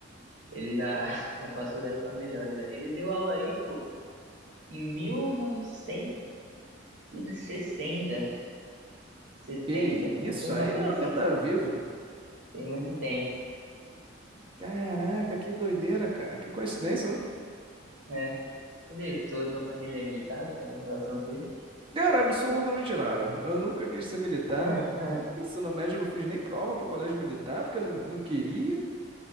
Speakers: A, on the right; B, on the right.
A: Ele já, <laughs> já passou dessa melhor já. Ele deu aula aí, pô, em mil novecentos e sessenta setenta
B: Que isso?
A: uma coisa,
B: Aí
A: uma coisa
B: é uma
A: assim,
B: lenda
A: tem,
B: viva.
A: tem muito tempo,
B: Caraca, que doideira, cara. Que coincidência, né?
A: né? Mas é isso, tua, tua família é militar, tem alguma relação com isso?
B: Cara, absolutamente nada. Eu nunca quis ser militar.
A: <laughs>
B: No Ensino médio, eu não fiz nem prova pro colégio militar, porque eu não, não queria.